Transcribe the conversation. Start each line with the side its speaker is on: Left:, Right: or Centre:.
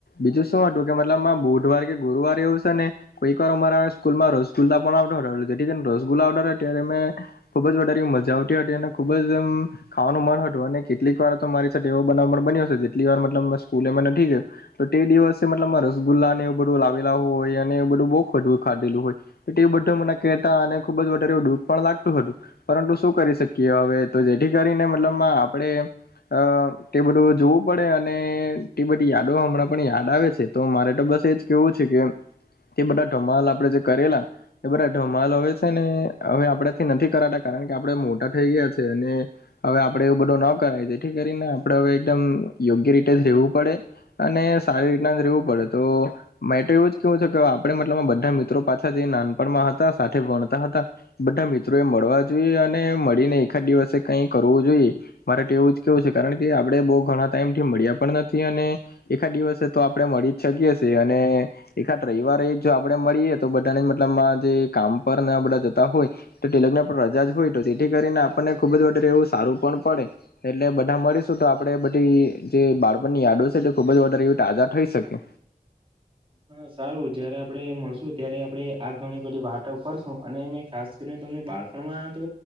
Left: બીજું શું હતું <unintelligible> કે મતલબ માં બુધવાર કે ગુરવાર એવું છે ને કોઈક વાર અમારા સ્કૂલ માં રસગુલ્લા પણ આવ રસગુલ્લા ત્યારે મેં ખુબ જારે મજા આવતી હતી અને ખુબ જ એમ ખાવાનું મન હતું અને કેટલીક વાર તો મારી સાથે એવો બના બની્યો હશે જેટલી વાર મતલબ સ્કૂલે મે નથી ગયું તો તે દિવસે મતલબ રસગુલ્લા એવું બધું લાવેલા હો અને એ બધું બહુ ખવું ખાધેલું હોય એટલે એ બધું મને કેતા અને ખુબ જ વધારે દુઃખ પણ લાગતું હતું પરંતુ શું કરી શકીએ હવે તો જેથી કરીને મતલબ માં આપણે અ તે બધું જોવું પડે અને તે બધી યાદો હમણાં પણ યાદ આવે છે. તો મારે તો બસ એજ કેવું છે કે એ બધા ધમાલ આપડે જે કરેલા એ બધા ધમાલ હવે છે ને હવે આપડા થી નથી કરાતા કારણ કે આપડે મોટા થઈ ગયા છે અને હવે આપણેે એવું બધું ન કરાય તેથી કરીને આપણે હવે એકદમ યોગ્ય રીતે જ રેવું પડે. અને સારી રીતના રેવું પડે તો મે તો એવું જ કેવું છે કે આપડે મતલબ બધા મિત્રો પાછા જે નાનપણમાં હતા સાથે ભણતા હતા બધા મિત્રો એ મળવા જોઈએ અને મળીને એકાદ દિવસે કઈ કરવું જોઈએ મારે તો એવું જ કેવું છે કારણ કે આપડે બો ઘણા ટાઈમ થી મળ્યા પણ નથી અને એખાદ દિવસે તો આપડે મળી શકીએ અને એખાદ રયવારે જો આપડે મળીએ તો બધાને મતલબ કામ પર બધા જતા હોય તો તે લોકને રજા જ હોય તો જેથી કરીને આપણને ખુબ જ વધારે એવું સારું પણ પડે એટલે બધા મળીશું તો આપડે <unintelligible> જે બાળપણની યાદો સે તે ખુબ જ વધારે એવી તાજા થઈ શકે
Right: હા સારું જયારે આપડે મળશું ત્યારે આપડે આ ઘણી બધી વાતો કરશું અને મે ખાસ કરીને તમને બાળપણમાં તો